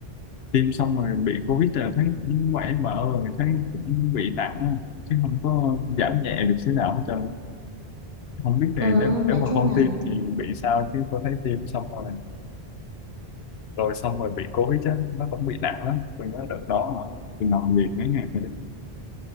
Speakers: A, on the left; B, on the right.
A: tiêm xong rồi bị covid là thấy cũng quậy vợ rồi thấy cũng bị nặng á. chứ không có giảm nhẹ được xíu nào hết trơn không biết
B: Ờ,
A: thì nếu nếu
B: nói
A: mà
B: chung
A: không
B: là
A: tiêm thì bị sao chứ có thấy tiêm xong rồi rồi xong rồi bị covid á nó cũng bị nặng lắm tôi nhớ đợt đó hả, tôi nằm liệt mấy ngày mới được